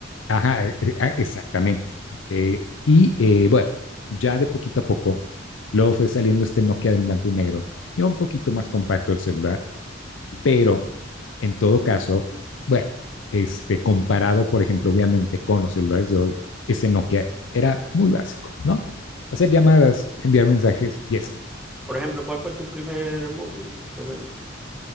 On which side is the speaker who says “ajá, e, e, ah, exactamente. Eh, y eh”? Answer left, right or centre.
Left